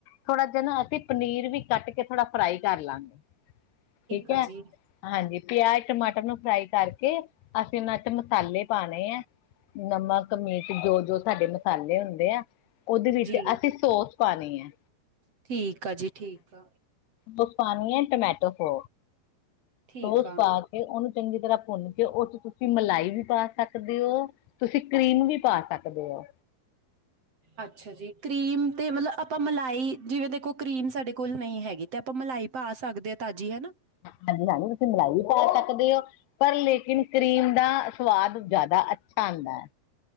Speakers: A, on the left (about 85°); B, on the right (about 40°).
A: ਥੋੜਾ ਜਾ ਨਾ ਅਸੀਂ ਪਨੀਰ ਵੀ ਕੱਟ ਕੇ ਥੋੜਾ ਫਰਾਈ ਕਰ ਲਾਂਗੇ। ਠੀਕ
B: ਆ
A: ਐ।
B: ਜੀ
A: ਹਾਂਜੀ। ਪਿਆਜ ਟਮਾਟਰ ਨੂੰ ਫਰਾਈ ਕਰਕੇ ਅਸੀਂ ਓਨਾਂ ਚ' ਮਸਾਲੇ ਪਾਣੇ ਐ। ਨਮਕ, ਮਿਰਚ ਜੋ-ਜੋ ਸਾਡੇ ਮਸਾਲੇ ਹੁੰਦੇ ਐ। ਓਦੇ ਵਿੱਚ
B: ਜੀ
A: ਅਸੀਂ ਸੋਸ ਪਾਣੀ ਐ।
B: ਠੀਕ ਆ ਜੀ, ਠੀਕ ਆ।
A: ਹੁਣ ਪਾਣੀ ਐ ਟਮੈਟੋ ਸੋ।
B: ਠੀਕ
A: ਉਹ
B: ਆ
A: ਪਾ ਕੇ ਓਨੂੰ ਚੰਗੀ ਤਰ੍ਹਾਂ ਭੁੰਨ ਕੇ ਓ ਚ' ਤੁਸੀਂ ਮਲਾਈ ਵੀ ਪਾ ਸਕਦੇ ਓ ਤੁਸੀਂ। ਸਕੀਮ ਵੀ ਪਾ ਸਕਦੇ ਓ।
B: ਅੱਛਾ ਜੀ। ਕਰੀਮ ਤੇ ਮਤਲਬ ਆਪਾਂ ਮਲਾਈ ਜਿਵੇਂ ਦੇਖੋ ਕਰੀਮ ਸਾਡੇ ਕੋਲ ਨਈ ਹੈਗੀ ਤੇ ਆਪਾਂ ਮਲਾਈ ਪਾ ਸਕਦੇ ਆ ਤਾਜ਼ੀ ਹਨਾ।
A: ਹਾਂਜੀ- ਹਾਂਜੀ ਤੁਸੀਂ ਮਲਾਈ ਵੀ ਪਾ ਸਕਦੇ ਓ। ਪਰ ਲੇਕਿਨ ਕਰੀਮ ਦਾ ਸਵਾਦ ਜਾਦਾ ਅੱਛਾ ਆਂਦੈ।